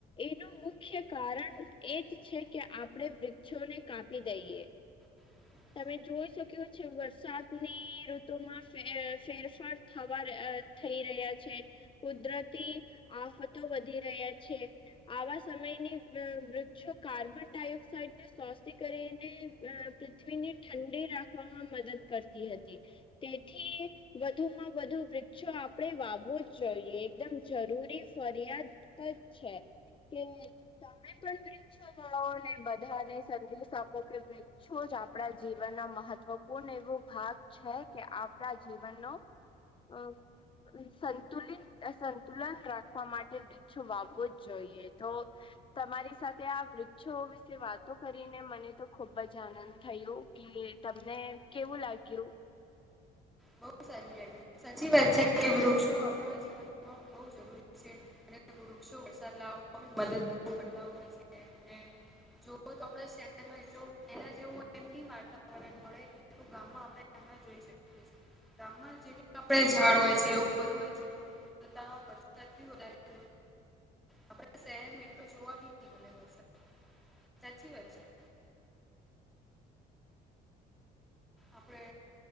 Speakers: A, on the left; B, in the centre.
A: એનું મુખ્ય કારણ એ જ છે કે આપણે વૃક્ષોને કાપી દઈએ.
B: <inaudible>
A: તમે જોઈ શક્યો છે વરસાદની ઋતુમાં ફેરફાર થવા થઈ રહ્યા છે કુદરતી આફતો વધી રહ્યા છે. આવા સમયની વૃક્ષો કાર્બન ડાયોક્સાઇડ <unintelligible> કરીને પૃથ્વીની ઠંડી રાખવામાં મદદ કરતી હતી. તેથી વધુમાં વધુ વૃક્ષો આપણે વાવવો જ જોઈએ એકદમ જરૂરી ફરિયાદ જ છે કે તમે પણ વૃક્ષો વાવોને બધાને સંદેશ આપો કે છો જ આપણા જીવનનો મહત્વપૂર્ણ એવો ભાગ છે કે આપણા જીવનનો અ સંતુલિત સંતુલન રાખવા માટે ઓછું વાવવું જ જોઈએ તો તમારી સાથે તે આ વૃક્ષો વિશે વાતો કરીને મને તો ખૂબ જ આનંદ થયો કે તમને કેવું લાગ્યું?
B: બહુ સારું લાગ્યું સાચી વાત છે કે વૃક્ષો આપણા જીવન મા બોવ જરૂરી છે અને વૃક્ષો વરસાદ લાવવામાં મદદ કરતા હોય છે. જો તો આપડા શહેરમાં એટલું એલા જેવું હોય વાતાવરણ મળે એટલુ ગામમાં આપણે તેમને જોઈ શકીએ. ગામમાં જે ક આપડ ઝાડ હોય છે એવું બધું હોય છે. <unintelligible> બોવ હોય છે આપડા શહેરમાં એટલું જોવા બી ન મળે વરસાદ સાચી વાત છે. આપણે